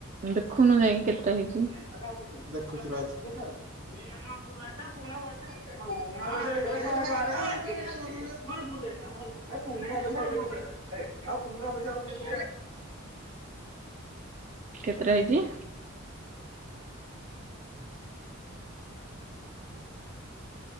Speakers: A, on the right; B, on the right.
A: ଦେଖୁନୁ ଯାଇକି କେତେଟା ହେଇଛି।
B: ଦେଖିଛି ରହ <unintelligible> <unintelligible>
A: କେତେଟା ହେଇଛି?